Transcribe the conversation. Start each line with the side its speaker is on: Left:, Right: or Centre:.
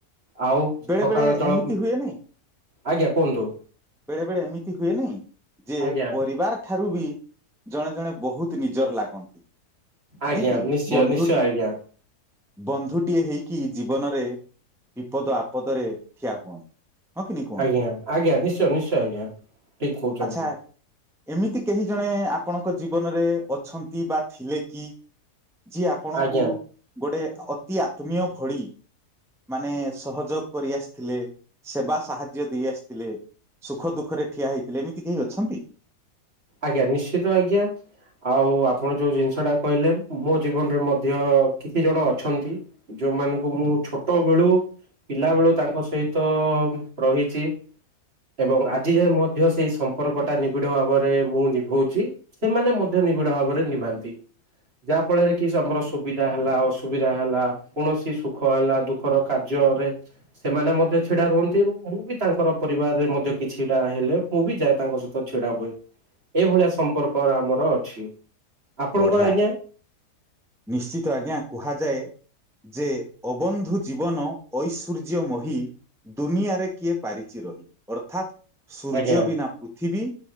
Right: ଆଉ
Centre: ବେଳେ
Right: ସକାଳ
Centre: ବେଳେ
Right: ଜଳ
Centre: ଏମିତି ହୁଏନି।
Right: ଆଜ୍ଞା କୁହନ୍ତୁ?
Centre: ବେଳେ ବେଳେ ଏମିତି ହୁଏନିଁ ଯେ
Right: ଆଜ୍ଞା
Centre: ପରିବାର ଠାରୁ ବି ଜଣେ ଜଣେ ବହୁତ ନିଜର ଲାଗନ୍ତି।
Right: ଆଜ୍ଞା
Centre: ନାଇଁ କିି
Right: ନିଶ୍ଚୟ
Centre: ବନ୍ଧୁଟି
Right: ନିଶ୍ଚୟ ଆଜ୍ଞା
Centre: ବନ୍ଧୁଟିଏ ହେଇକି ଜୀବନରେ ବିପଦ ଆପଦରେ ଠିଆ ହୁଅନ୍ତି। ହଁ କି ନାଇଁ କୁହନ୍ତୁ
Right: ଆଜ୍ଞା ଆଜ୍ଞା ନିଶ୍ଚୟ ନିଶ୍ଚୟ ଆଜ୍ଞା ଠିକ କହୁଛନ୍ତି।
Centre: ଆଚ୍ଛା ଏମିତି କେହି ଜଣେ ଆପଣଙ୍କ ଜୀବନରେ ଅଛନ୍ତି ବା ଥିଲେ କି? ଯିଏ ଆପଣଙ୍କୁ
Right: ଆଜ୍ଞା
Centre: ଗୋଟେ ଅତି ଆତ୍ମୀୟ ଭଳି ମାନେ ସହଯୋଗ କରି ଆସିଥିଲେ ସେବା ସାହାଯ୍ୟ ଦେଇ ଆସିଥିଲେ। ସୁଖ ଦୁଃଖରେ ଠିଆ ହେଇଥିଲେ ଏମିତି କେହି ଅଛନ୍ତି?
Right: ଆଜ୍ଞା ନିଶ୍ଚିତ ଆଜ୍ଞା। ଆଉ ଆପଣ ଯୋଉ ଜିନିଷ ଟା କହିଲେ ମୋ ଜୀବନରେ ମଧ୍ୟ କିଛି ଜଣ ଅଛନ୍ତି। ଯୋଉମାନଙ୍କୁ ମୁଁ ଛୋଟ ବେଳୁ। ପିଲା ବେଳୁ ତାଙ୍କ ସହିତ ରହିଛି। ଏବଂ ଆଜି ଯ ମଧ୍ୟ ସେଇ ସମ୍ପର୍କଟା ନିବିଡ଼ ଭାବରେ ମୁଁ ନିଭଉଛି ସେମାନେ ମଧ୍ୟ ନିବିଡ ଭାବରେ ନିଭାନ୍ତି ଯାହା ଫଳରେ କି ଆମର ସୁବିଧା ହେଲା ଅସୁବିଧା ହେଲା କୌଣସି ସୁଖ ହେଲା ଦୁ କ ର କାର୍ଯ୍ୟରେ ସେମାନେ ମଧ୍ୟ ଛିଡ଼ା ରୁହନ୍ତି ଏବଂ ମୁଁ ବି ତାଙ୍କର ପରିବାରରେ ମଧ୍ୟ କିଛିଟା ହେଲେ ମୁଁ ବି ଯାଏ ତାଙ୍କ ସହିତ ଛିଡା ହୁଏ। ଏଇଭଳିଆ ସମ୍ପର୍କ ଆମର ଅଛି। ଆପଣଙ୍କର
Centre: ପଢିଆ
Right: ଆଜ୍ଞା
Centre: ନିଶ୍ଚିତ ଆଜ୍ଞା କୁହାଯାଏ ଯେ ଅବନ୍ଧୁ ଜୀବନ ଐଶ୍ୱର୍ଯ୍ୟ ମହି ଦୁନିଆରେ କିଏ ପାରିଛି ରହି ଅର୍ଥାତ୍ ସୂର୍ଯ୍ୟ
Right: ଆଜ୍ଞା
Centre: ବିନା ପୃଥିବୀ